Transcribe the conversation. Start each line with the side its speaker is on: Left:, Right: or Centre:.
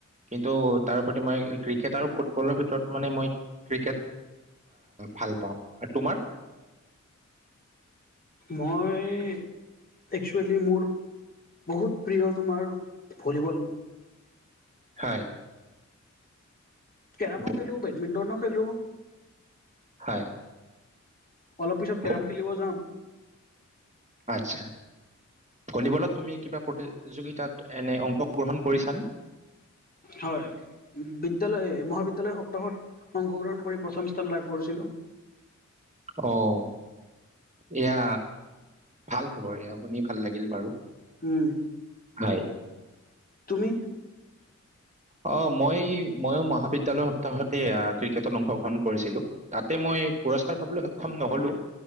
Right: কিন্তু তাৰোউপৰি মই ক্ৰিকেট আৰু ফুটবলৰ ভিতৰত মানে মই ক্ৰিকেট ভাল পাওঁ আৰু তোমাৰ
Left: মই একচোয়েলি মোৰ বহুত প্ৰিয় তোমাৰ ভলীবল।
Right: হয়।
Left: কেৰমো
Right: ভ-
Left: খেলো, বেডমিন্টনো খেলেলো।
Right: হয়।
Left: অলপ পিছত
Right: ভ-
Left: কেৰম খেলিব যাম।
Right: আচ্ছা ভলীবলত তুমি কিবা প্ৰতিযোগিতাত এনে অংশগ্ৰহণ কৰিছানে?
Left: হয় বিদ্যালয় মহাবিদ্যালয় সপ্তাহত অংশগ্ৰহণ কৰি প্ৰথম স্থান লাভ কৰিছিলোঁ।
Right: অঁ ' এয়া ভাল খবৰ, এয়া শুনি ভাল লাগিল বাৰু।
Left: হম।
Right: হয়।
Left: তুমি?
Right: আহ মই ময়ো মহাবিদ্য়ালয়ৰ সপ্তাহতে ক্ৰিকেটত অংশগ্ৰহণ কৰিছিলো, তাতে মই পুৰস্কাৰ পাবলৈ সক্ষম নহলো